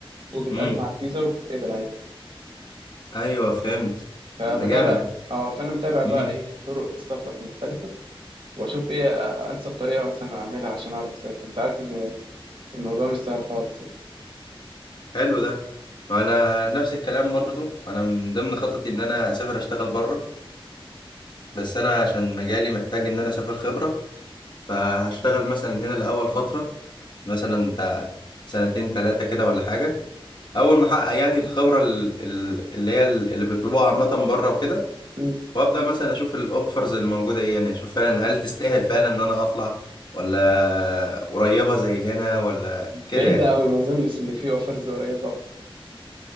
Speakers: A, on the right; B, on the left.
A: وبتقدم
B: امم
A: على الفيزا وبتتقبل عادي
B: ايوه فهمت
A: فبتابع
B: طب ده جامد
A: اه فانا متابع بقى
B: امم
A: ايه طرق السفر المختلفه واشوف ايه انسب طريقه مثلا اعملها عشان اعرف اسافر انت عارف ان الموضوع مش سهل خالص يعني
B: حلو ده وانا نفس الكلام برضو انا من ضمن خططي ان انا اسافر اشتغل بره بس انا عشان مجالي محتاج ان انا اسافر خبرة فهشتغل مثلا هنا الاول فترة مثلا بتاع سنتين تلاتة كده ولا حاجة أول ما أحقق يعني الخبرة ال- ال- اللي هي ال- اللي بيطلبوها عامة بره وكده
A: مم.
B: وأبدأ مثلا أشوف الأوفرز اللي موجودة إيه يعني أشوف فعلا هل تستاهل فعلا إن أنا أطلع ولا قريبة زي هنا ولا كده
A: بعيدة
B: يعني
A: أوي ما أظنش إن في أوفرز قريبة